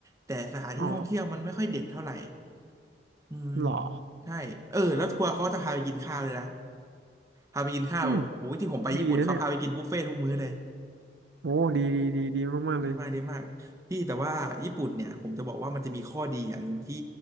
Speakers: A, on the right; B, on the right.
A: แต่สถานที่ท่องเที่ยวมันไม่ค่อยเด็ดเท่าไหร่
B: อ๋อ
A: อืม
B: เหรอ
A: ใช่เออแล้วทัวร์เขาก็จะพาไปกินข้าวเลยนะพาไปกินข้าวโอ้ยที่ผมไปญี่ปุ่นเขาพาไปกินบุฟเฟ่ทุกมื้อเลย
B: อืมดีนะเนี่ยโอ้ดีดีดีดีมากๆเลย
A: ดีมากดีมากพี่แต่ว่าญี่ปุ่นเนี่ยผมจะบอกว่ามันจะมีข้อดีอย่างหนึ่งที่